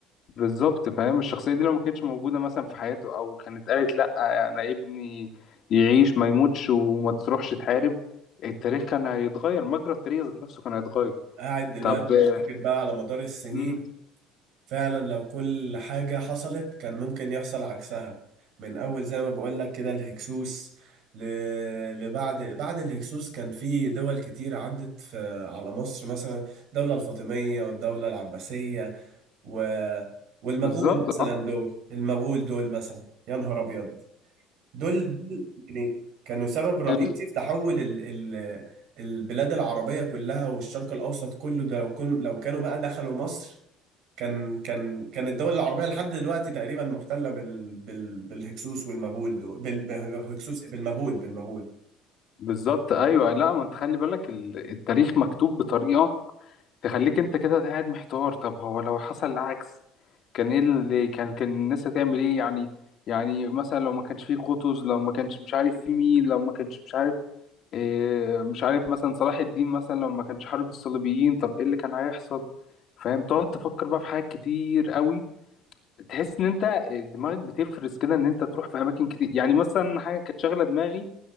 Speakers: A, on the left (about 55°); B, on the right (about 70°).
A: بالظبط فاهم الشخصية دي لو ما كانتش موجودة مثلا في حياته أو كانت قالت لأ أنا ابني يعيش ما يموتش وما تروحش تحارب التاريخ كان هيتغير مجرى التاريخ ذات نفسه كان هيتغير
B: قاعد دلوقتي
A: طب
B: بفتكر
A: آه،
B: بقى على مدار السنين
A: مم،
B: فعلا لو كل حاجة حصلت كان ممكن يحصل عكسها من أول زي ما بقول لك كده الهكسوس ل... لبعد بعد الهكسوس كان في دول كتير عدت في... على مصر مثلا الدولة الفاطمية والدولة العباسية و... والمغول
A: بالظبط
B: مثلا
A: أه
B: دول المغول دول مثلا يا نهار أبيض دول دول يعني كانوا سبب رئيسي
A: يعني
B: في تحول ال ال البلاد العربية كلها والشرق الأوسط كله ده لو كن لو كانوا بقى دخلوا مصر كان كان كان الدول العربية لحد دلوقتي تقريبا محتلة بال بال بالهكسوس والمغول دول بال- بالهكسوس بالمغول بالمغول
A: بالظبط ايوه لا ما انت خلي بالك ال- التاريخ مكتوب بطريقه تخليك انت كده قاعد محتار طب هو لو حصل العكس كان ايه اللي كان كان الناس هتعمل ايه يعني يعني مثلا لو ما كانش فيه قطز لو ما كانش مش عارف في مين لو ما كانش مش عارف إيه مش عارف مثلا صلاح الدين مثلا لو ما كانش حارب الصليبيين طب ايه اللي كان هيحصل فاهم تقعد تفكر بقى في حاجات كتير قوي تحس ان انت دماغك بتفرز كده ان انت تروح في اماكن كتير يعني مثلا حاجه كانت شاغله دماغي